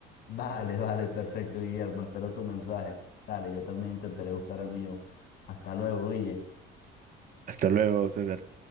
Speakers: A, on the left; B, on the right.
A: Vale, vale, perfecto, Guillermo. Espero tu mensaje. Dale, yo también intentaré buscar el mío. Hasta luego, Guille.
B: Hasta luego, César.